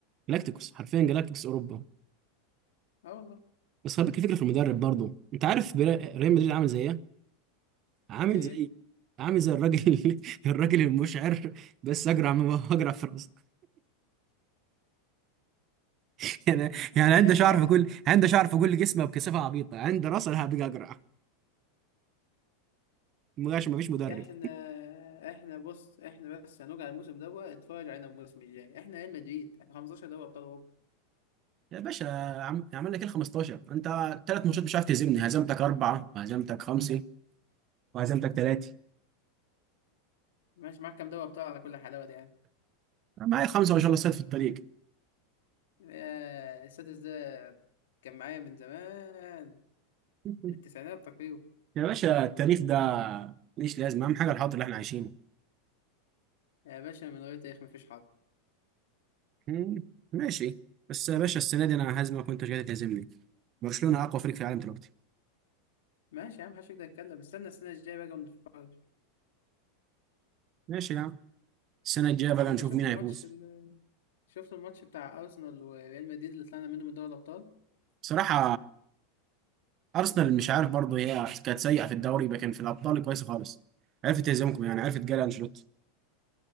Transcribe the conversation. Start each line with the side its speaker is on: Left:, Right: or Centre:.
Right: جلاكتيكوس حرفيا جلاكتيكوس اوروبا
Left: اه والله
Right: بس خلي بالك الفكره في المدرب برضه انت عارف بر- ريال مدريد عامل زي ايه؟ عامل
Left: زي
Right: زي
Left: ايه
Right: عامل زي الراجل <laughs> الراجل المشعر بس اجرع من اجرع في راسك <laughs> يعني
Left: يعني
Right: يعني عنده
Left: احنا
Right: شعر في كل عنده شعر في كل جسمه بكثافه عبيطه عنده راس انا هبقى اجرع ما فيش مدرب
Left: احنا احنا بص احنا بس هنرجع الموسم دوت اتفرج علينا الموسم الجاي احنا ريال مدريد احنا 15 دوري ابطال اوروبا
Right: يا باشا عم- عملنا كده 15 انت ثلاث ماتشات مش عارف تهزمني هزمتك اربعه وهزمتك خمسه وهزمتك ثلاثه
Left: ماشي معاك كام دواء بتوع على كل حلاوة دي يعني
Right: معايا خمسه ما شاء الله صيد في الطريق
Left: آه، السادس ده كان معايا من زمان
Right: <laughs>
Left: من التسعينات تقريبا
Right: يا باشا التاريخ ده ماليش لازمه اهم حاجه الحاضر اللي احنا عايشينه
Left: يا باشا من غير تاريخ مفيش حاضر
Right: مم، ماشي بس يا باشا السنه دي انا هزمك وانت مش قادر تهزمني برشلونه اقوى فريق في العالم دلوقتي
Left: ماشي يا عم محدش يقدر يتكلم استنى السنة الجاية بقى ونتفرج
Right: ماشي يا عم السنه الجايه بقى
Left: انت
Right: نشوف
Left: شفت
Right: مين
Left: الماتش
Right: هيفوز
Left: ال... شفت الماتش بتاع أرسنال وريال مدريد اللي طلعنا منه من دوري الأبطال
Right: بصراحه ارسنال مش عارف برضه هي كانت سيئه في الدوري لكن في الابطال كويسه خالص عرفت تهزمكم يعني عرفت جاري انشيلوتي